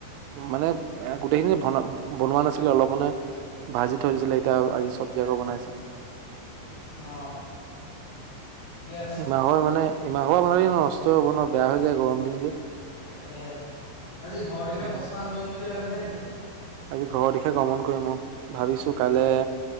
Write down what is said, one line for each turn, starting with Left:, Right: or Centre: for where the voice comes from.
Right: মানে এ গোটেইখিনি বনা বনোৱা নাছিলে অলপ মানে ভাজি থৈ দিছিলে এতিয়া আজি চব্জি আকৌ বনাইছে
Left: অ ঠিকে আছে
Right: ইমাহৰ মানে ইমাহৰ পৰা ব ন নষ্ট হ'ব ন বেয়া হৈ যায় গৰম দিন যে
Left: তাকে আজি ঘৰ দিশে
Right: সেইকাৰণে।
Left: প্ৰস্থান কৰিম বুলি ভাবিছ নি
Right: আজি ঘৰৰ দিশে গ্ৰমন কৰিম ভাবিছো কাইলৈ